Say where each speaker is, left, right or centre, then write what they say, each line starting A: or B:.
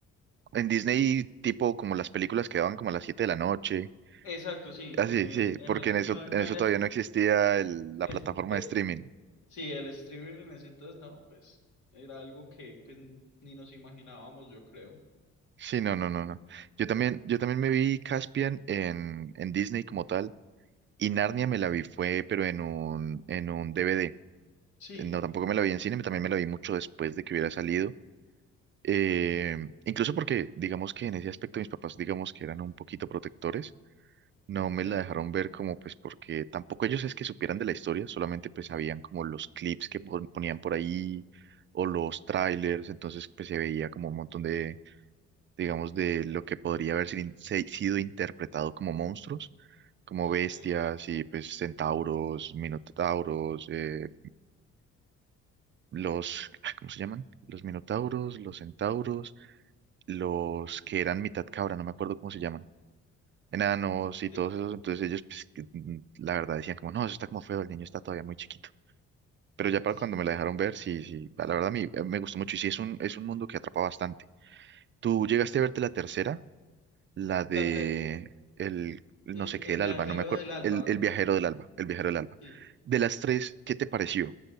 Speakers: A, on the right; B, on the left.
A: en Disney, tipo como las películas que daban como a las 7 de la noche.
B: Exacto, sí,
A: Ah,
B: en
A: sí,
B: el,
A: sí,
B: en
A: porque
B: el,
A: en eso,
B: no,
A: en
B: no
A: eso
B: en el,
A: todavía no existía el- la
B: es-
A: plataforma
B: eh,
A: de streaming.
B: sí, el streaming en ese entonces, no, pues, era algo que pues, ni nos imaginábamos, yo creo.
A: Sí, no, no, no, no. Yo también, yo también me vi Caspian en, en Disney como tal. Y Narnia me la vi fue, pero en un, en un DVD.
B: Sí,
A: No, tampoco me la vi en cine, también me la vi mucho después de que hubiera salido. Eh, incluso porque, digamos que en ese aspecto mis papás, digamos que eran un poquito protectores, no
B: ok,
A: me la dejaron ver como pues porque tampoco ellos es que supieran de la historia, solamente pues sabían como los clips que pon- ponían por ahí o los trailers, entonces pues se veía como un montón de, digamos, de lo que podría haber sin- se- sido interpretado como monstruos, como
B: ok.
A: bestias y pues centauros, minotauros, eh, los, ah, ¿cómo se llaman? Los minotauros, los centauros. los que
B: Mm,
A: eran mitad cabra, no me acuerdo cómo se llaman, enanos y
B: eh,
A: todos esos, entonces ellos, pues, que, mm, la verdad decían como, no, eso está como feo, el niño está todavía muy chiquito. Pero ya para
B: Sí.
A: cuando me la dejaron ver, sí, sí, la verdad a mí eh, me gustó mucho y sí, es un, es un mundo que atrapa bastante. ¿Tú llegaste a verte la tercera? La de
B: La te-
A: el, no
B: eh,
A: sé qué
B: el
A: del
B: viajero
A: Alba, no me acuerdo,
B: del alba,
A: el, el viajero del Alba, el viajero del Alba.
B: sí.
A: De las tres, ¿qué te pareció?